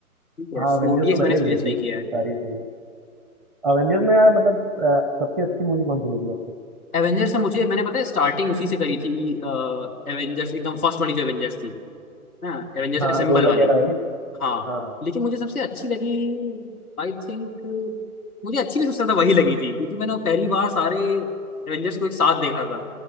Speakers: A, on the left (about 70°); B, in the centre.
A: ठीक
B: हाँ
A: है
B: अवेंजर्स
A: फोर डी
B: तो
A: एक्स
B: मैंने
A: मैंने एक्सपीरियंस
B: भी देखी
A: नहीं किया
B: है सारी
A: है
B: मूवी अवेंजर्स में यार मतलब अ, सबसे अच्छी मूवी कौन सी लगी आपको
A: एवेंजर्स में मुझे मैंने पता है स्टार्टिंग उसी से करी थी एवेंजर्स एकदम फर्स्ट वाली जो एवेंजर्स थी हाँ एवेंजर्स
B: हाँ
A: असेंबल
B: 2011
A: वाली
B: वाली
A: हाँ
B: हाँ
A: लेकिन मुझे सबसे अच्छी लगी आई थिंक मुझे अच्छी भी सबसे ज्यादा वही लगी थी क्योंकि मैंने वो पहली बार सारे एवेंजर्स को एक साथ देखा था